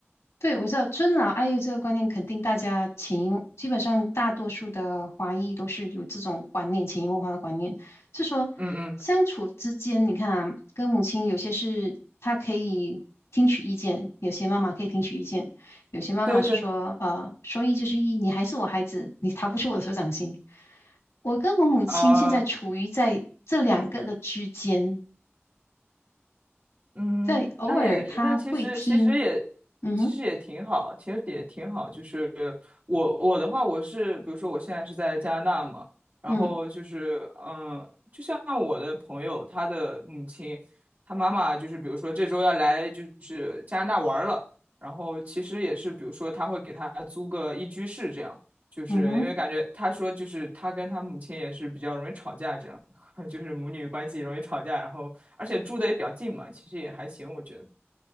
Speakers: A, on the left (about 90°); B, on the right (about 40°).
A: 对，我知道尊老爱幼这个观念，肯定大家潜移默基本上大多数的华裔都是有这种观念，潜移默化的观念，是说相处之间，
B: 嗯嗯，
A: 你看啊，跟母亲有些是她可以听取意见，有些妈妈可以听取意见，有些妈妈是说，
B: 对对
A: 呃，说一就是一，你还是我孩子，你逃不出我的手掌心。我跟我母亲现在处于在这两个的之间，
B: 啊。嗯，
A: 在偶尔她会听，
B: 那也那其实其实也其实也挺好，
A: 嗯哼，
B: 其实也挺好。就是我我的话，我是比如说我现在是在加拿大嘛，然后就是嗯，
A: 嗯
B: 就像我的朋友，他的母亲，他妈妈就是比如说这周要来就是加拿大玩儿了，然后其实也是比如说他会给他租个一居室这样，就是因为感觉他说就是他跟他母亲也是比较容易吵架这样。
A: 嗯哼。
B: <laughs> 就是母女关系容易吵架，然后而且住的也比较近嘛，其实也还行，我觉得。